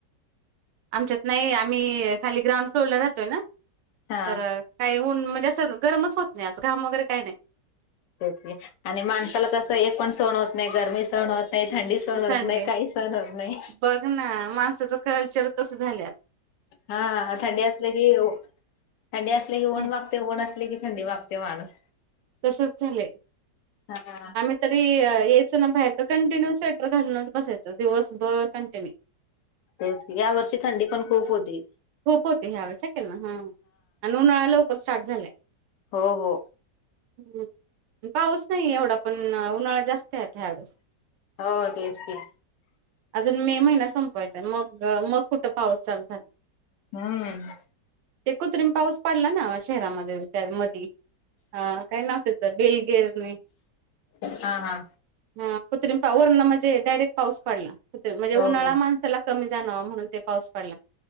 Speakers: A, on the right; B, on the left.
A: आमच्यात नाई आम्ही खाली ग्राउंड फ्लोअरला राहतोय ना.
B: हा.
A: तर काय ऊन म्हणजे असं गरमच होत नाही अस घाम वगैरे काय नाय.
B: त्या आणि माणसाला कसं, एक पण सहण होत नाही, गरमी सहण होत नाही थंडी. सहण होत
A: थंडी
B: नाही, काही सहण होत नाही.
A: बघ ना, माणसाचं चालचलन तसं झाल्यात.
B: हा ह थंडी असली कीयेऊ, थंडी असली की ऊन
A: हं,
B: माग. ऊन असल की थंडी मागतय माणुस.
A: तसच झालय,
B: हा
A: आम्ही तरी. बाहेर तर कंटिन्यू स्वेटर घालूनच बसायचं, दिवसभर कंटिन्यू.
B: तेच की, या वर्षी थंडी पण खूप होती.
A: खूप होती ह्या वेळेस, हाय क नाय हा. आणि उन्हाळा लवकर स्टार्ट झालाय.
B: हो हो....
A: हम पाऊस नाही एवढा पण उन्हाळा जास्त आहे ह्यावेळेस.
B: हो तेच की.
A: अजून मे महिना संपवायचाय मग मग कुठं पाऊस चालू झाला.
B: हम्म..
A: ते कृत्रिम पाऊस पडला ना शहरामध्ये त्या मधी. हा काय नाव त्याच बिलगिरी.
B: हा हा
A: ह कृत्रिम पाऊस वरण म्हणजे डायरेक्ट पाऊस पडला कृत्रिम म्हणजे
B: हो
A: उन्हाळा
B: हो
A: माणसाला. कमी जाणंवाहणून ते पाऊस पडला.